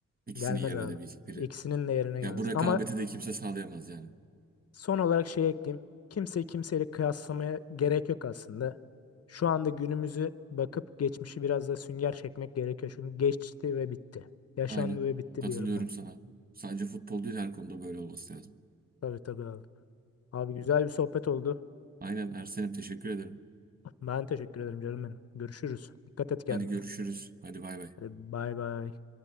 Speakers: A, on the right; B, on the left.
A: İkisinin
B: Gelmez
A: yerine
B: abi.
A: de bir- biri.
B: İkisinin de yerine
A: Ya
B: gelmez.
A: bu rekabeti
B: Ama
A: de kimse sağlayamaz yani.
B: Son olarak şey ekleyeyim. Kimseyi kimseyle kıyaslamaya gerek yok aslında. Şu anda günümüzü bakıp geçmişi biraz da sünger çekmek gerekiyor. Çünkü geçti ve bitti. Yaşandı
A: Aynen.
B: ve bitti
A: Katılıyorum
B: diyorum ben.
A: sana. Sadece futbol değil her konuda böyle olması lazım.
B: Tabii tabii abi. Abi güzel bir sohbet oldu.
A: Aynen Ersen'im teşekkür ederim.
B: Ben teşekkür ederim canım benim. Görüşürüz. Dikkat et kendine.
A: Hadi görüşürüz. Hadi bay bay.
B: Hadi bay bay.